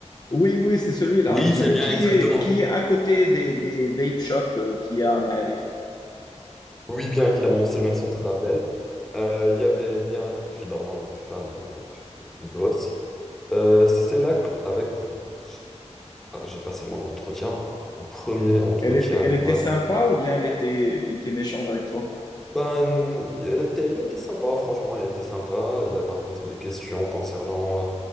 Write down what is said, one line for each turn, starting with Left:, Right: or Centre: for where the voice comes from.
Left: Oui, oui, c'est celui-là.
Centre: Oui,
Left: Celui
Centre: c'est bien,
Left: qui
Centre: exactement.
Left: est, qui est à côté des, des vape shops euh, qu'il y a à Maarif.
Centre: Oui, bien évidemment, c'est le même centre d'appel. Euh, Il y avait bien évidemment une femme un peu grosse. Euh, c'est celle-là que- avec euh, j'ai ah, j'ai passé mon entretien, mon premier entretien
Left: Elle était,
Centre: de
Left: elle était
Centre: ma
Left: sympa
Centre: vie.
Left: ou bien elle était, elle était méchante avec toi?
Centre: Ben, elle était, elle était sympa, franchement, elle était sympa. Elle m'a posé des questions concernant euh,